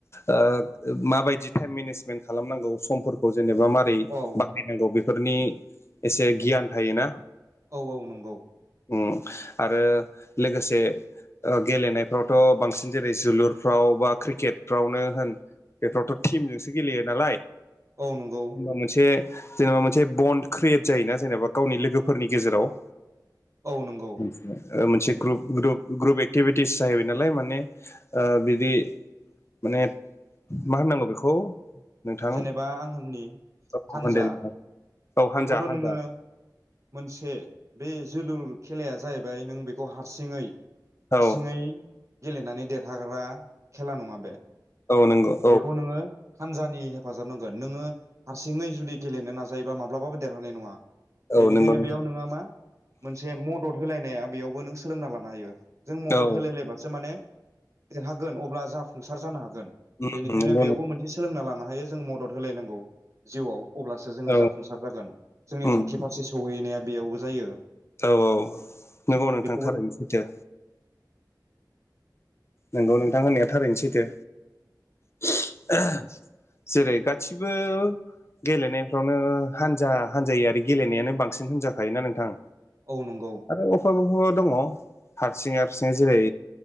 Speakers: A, on the left; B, on the right.
A: ओ माबायदि टाइम मेनेजमेन्ट खालामनांगौ समफोरखौ जेनेबा मा <unintelligible>
B: औ
A: बाहायनांगौ बेफोरनि एसे गियान थायोना
B: औ औ नंगौ।
A: उ आरो लोगोसे ओ गेलेनायफ्रावथ' बांसिन जेरै जोलुरफ्राव बा क्रिकेट फ्रावनो होन बेफोरावथ' टिमजोंसो गेलेयो नालाय
B: औ नंगौ
A: जेनबा मोनसे जेनेबा मोनसे बन्ड क्रियेट जायो ना जेनेबा गावनि लोगोफोरनि गेजेराव
B: औ नंगौ।
A: मोनसे ग्रुप ग्रुप ग्रुप एक्टिभिटिस जाहैबाय नालाय माने बिदि माने मा होननांगौ बेखौ। नोंथां
B: जेनेबा आं होननि
A: औ
B: हानजा
A: होनदो नोंथां औ हानजा
B: बेखौथ'
A: हानजा
B: नोङो। मोनसे बे जोलुर खेलाया जाहैबाय नों बेखौ हारसिङै। हारसिङै
A: औ
B: गेलेनानै देरहाग्रा खेला नङा बे।
A: औ नोंगौ।
B: बेखौ नोङो। हानजानि हेफाजाब नांगोन नोङो हारसिङै जुदि गेलेनो नाजायोबा माब्लाबाबो देरहानाय नङा।
A: औ
B: बेनिखायनो
A: नंगौ नोंथां
B: बेयाव नोंङो मा मोनसे मदद होलायनाया बेयावबो नों सोलोंना लानो हायो। जों मदद
A: औ
B: होलायलायबासो मानेे देरहागोन अब्ला जाफुंसार जानो हागोन।
A: उम
B: बेनिखायनो
A: नंगौ
B: बेयावबो
A: नों
B: मोनसे सोलोंना लानो हायो जों मदद होलायनांगौ जिउआव। अब्लासो जोङो
A: औ
B: जाफुंसार जागोन जोंनि
A: उम
B: थांखि फारसे सौहैनाया बेयावबो जायो।
A: औ औ नोंगौ नोंथां
B: बेखौबो
A: थारैनो सैथो। नोंगौ नोंथां होननाया थारैनो सैथो। <unintelligible> जेरै गासिबो। गेलेनायफ्रावनो हान्जा हान्जाय आरो गेलेनायानो बांसिन होनजाखायोना नोंथां।
B: औ नंगौ।
A: आरो अफायबा अफायबा दङ हारसिं हारसिङै जेरै